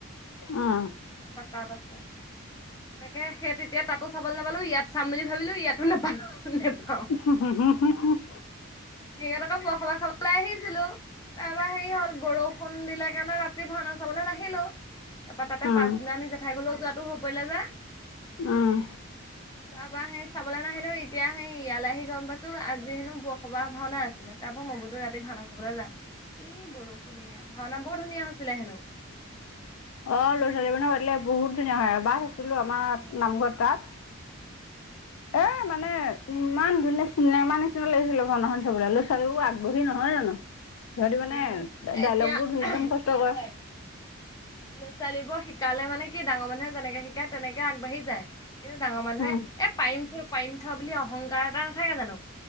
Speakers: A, on the left (about 75°); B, on the left (about 15°).
A: উম
B: তাত আছে। তাকে সেই তেতিয়া তাতো চাবলে নাপালোঁ ইয়াত চাম বুলি ভাবিলো ইয়াতো নাপালো নেপাওঁ।
A: উম হুম হুম হুম হুম।
B: ইয়াত আকৌ বসলা খাবলে আহিছিলো। তাৰপৰা হেৰী হ'ল বৰষুণ দিলে কাৰণে ৰাতি ভাওনা চাবলে নাহিলো। তাপা তাতে
A: উম
B: পাছদিনা আমি জেঠাই ঘৰলৈও যোৱাটো হৈ পৰিলে যে।
A: অহ
B: তাপা সেই চাবলে নাহিলো এতিয়া সেই ইয়ালে আহি গম পাইছোঁ আজি হেনো বৰসবাহ ভাওনা আছে। ছিলে তাপা মই বোলো ৰাতি ভাওনা চাবলে যাম ই বৰষুণে ভাওনা বৰ ধুনীয়া হৈছিলে হেনো।
A: <inaudible> অ ল'ৰা ছোৱালীবোৰে পাতিলে বহুত ধুনীয়া হয়। এবা চাইছিলো আছিলো আমাৰ
B: অ
A: নামঘৰ তাত। এ মানে ইমান ধুনীয়া চিনেমা নিচিনা লাগিছিলে ভাওনাখন চাবলে। ল'ৰা ছোৱালীবোৰ আগ্ৰহী নহয় জানো। সিহঁতি মানে
B: উম এতিয়া
A: ডাইলগ বোৰ ধুনীয়াকে মুখস্থ
B: কি
A: কৰে৷
B: হয় ল'ৰা ছোৱালীবোৰ শিকালে মানে কি ডাঙৰ মানুহে যেনেকে শিকায় তেনেকে আগবাঢ়ি যায় কিন্তু ডাঙৰ মানুহে
A: উম
B: এ পাৰিম চ পাৰিম থোৱা বুলি অহংকাৰ এটা নাথাকে জানো।